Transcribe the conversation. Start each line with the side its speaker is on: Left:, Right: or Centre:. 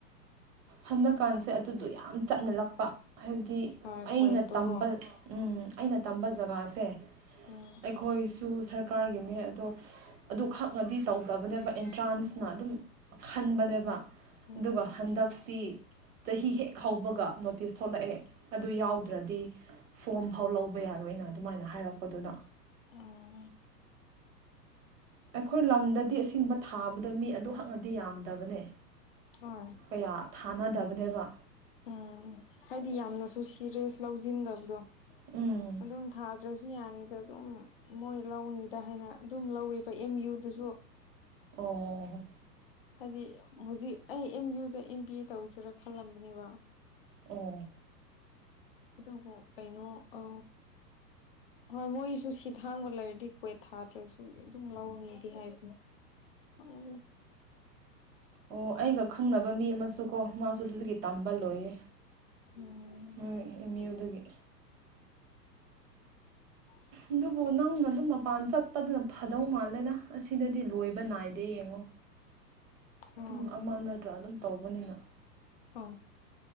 Right: ꯍꯟꯗꯛꯀꯥꯟꯁꯦ ꯑꯗꯨꯗꯣ ꯌꯥꯝ ꯆꯠꯅ ꯂꯛꯄ ꯍꯥꯏꯕꯗꯤ
Left: ꯍꯣꯏ
Right: ꯑꯩꯅ
Left: ꯀ꯭ꯋꯦꯠꯇꯨꯀꯣ
Right: ꯇꯝꯕ ꯑꯩꯅ ꯇꯝꯕ ꯖꯒꯥꯁꯦ
Left: ꯎꯝ
Right: ꯑꯩꯈꯣꯏꯁꯨ ꯁꯔꯀꯥꯔꯒꯤꯅꯦ ꯑꯗꯣ ꯑꯗꯨ ꯈꯛꯅꯗꯤ ꯇꯧꯗꯕꯅꯦꯕ ꯑꯦꯟꯇ꯭ꯔꯥꯟꯁꯅ ꯑꯗꯨꯝ ꯈꯟꯕꯅꯦꯕ
Left: ꯎꯝ ꯎꯝ
Right: ꯑꯗꯨꯒ ꯍꯟꯗꯛꯇꯤ ꯆꯍꯤ ꯍꯦꯛ ꯍꯧꯕꯒ ꯅꯣꯇꯤꯁ ꯊꯣꯛꯂꯛꯑꯦ ꯑꯗꯨ ꯌꯥꯎꯗ꯭ꯔꯗꯤ ꯐꯣꯝ ꯐꯥꯎ ꯂꯧꯕ ꯌꯥꯏ ꯌꯥꯔꯣꯏ ꯑꯅ ꯑꯗꯨꯃꯥꯏꯅ ꯍꯥꯏꯔꯛꯄꯗꯨꯗ
Left: ꯎꯝ
Right: ꯑꯩꯈꯣꯏ ꯂꯝꯗꯗꯤ ꯑꯁꯦꯡꯕ ꯊꯥꯕꯗꯣ ꯃꯤ ꯑꯗꯨ ꯍꯛꯅꯗꯤ ꯌꯥꯝꯗꯕꯅꯦ
Left: ꯍꯣꯏ
Right: ꯀꯌꯥ ꯊꯥꯅꯗꯕꯅꯦꯕ
Left: ꯎꯝ ꯍꯥꯏꯗꯤ ꯌꯥꯝꯅꯁꯨ ꯁꯤꯔꯦꯁ ꯂꯧꯁꯤꯟꯗꯕꯗꯣ
Right: ꯎꯝ
Left: ꯑꯗꯨꯝ ꯊꯥꯗ꯭ꯔꯁꯨ ꯃꯤꯅꯤꯌꯥꯅꯤꯗ ꯑꯗꯨꯝ ꯃꯣꯏꯣꯔ ꯂꯧꯥꯎꯅꯤꯗ ꯍꯥꯏꯅ ꯑꯗꯨꯝ ꯂꯧꯋꯦꯕ ꯑꯦꯝ ꯌꯨꯗꯨꯁꯨ
Right: ꯑꯣ
Left: ꯍꯥꯏꯗꯤ ꯍꯧꯖꯤꯛ ꯑꯩ ꯑꯦꯝ ꯌꯨꯗ ꯑꯦꯝ ꯕꯤ ꯑꯦ ꯇꯧꯁꯤꯔꯥ ꯈꯜꯂꯝꯕꯅꯦꯕ
Right: ꯑꯣ
Left: ꯑꯗꯨ ꯀꯩꯅꯣ ꯑ ꯍꯣꯏ ꯃꯣꯏ ꯁꯨ ꯁꯤ ꯊꯥꯡꯕ ꯂꯩꯔꯗꯤ ꯀꯣꯏꯠ ꯊꯥꯗ꯭ꯔꯁꯨ ꯑꯗꯨꯝ ꯂꯧꯅꯤꯗꯤ ꯍꯥꯏꯕꯅꯤ ꯑꯣ
Right: ꯑꯣ ꯑꯩꯒ ꯈꯪꯅꯕ ꯃꯤ ꯑꯃꯁꯨ ꯀꯣ ꯃꯥꯁꯨ ꯑꯗꯨꯗꯒꯤ ꯇꯝꯕ ꯂꯣꯏꯌꯦ
Left: ꯎꯝ
Right: ꯃꯣꯏ ꯑꯦꯝ ꯌꯨꯗꯒꯤ
Left: <inaudible>
Right: ꯑꯗꯨꯕꯨ ꯅꯪꯅ ꯑꯗꯨꯝ ꯃꯄꯥꯟ ꯆꯠꯄꯗꯅ ꯐꯗꯧ ꯃꯥꯜꯂꯦꯗ ꯑꯁꯤꯗꯗꯤ ꯂꯣꯏꯕ ꯅꯥꯏꯗꯦ ꯌꯦꯡꯉꯣ
Left: <inaudible>
Right: ꯑꯗꯨꯝ
Left: ꯑꯣ
Right: ꯑꯃ ꯅꯠꯇ꯭ꯔꯥ ꯑꯗꯨꯝ ꯇꯧꯕꯅꯤꯅ
Left: ꯑ